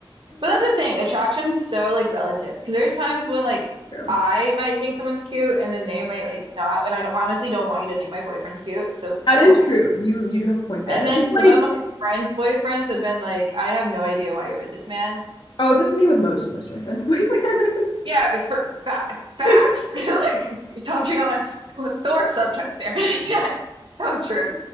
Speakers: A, on the right; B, on the left.
A: But that's the thing. Attraction's so like relative because there's times when like
B: true.
A: I might think someone's cute and then they might like not and I don't- honestly don't want you to think my boyfriend's cute. So cool.
B: That is true. You you do have a point there.
A: And
B: But
A: then
B: it's
A: some
B: like,
A: of my friends' boyfriends have been like, I have no idea why you're with this man.
B: oh, that's me with most most of my friends' boyfriends.
A: Yeah, it's for fa facts.
B: <laughs>
A: <laughs> Like you're touching on a, s- a sore subject there. <laughs> Yes, so true.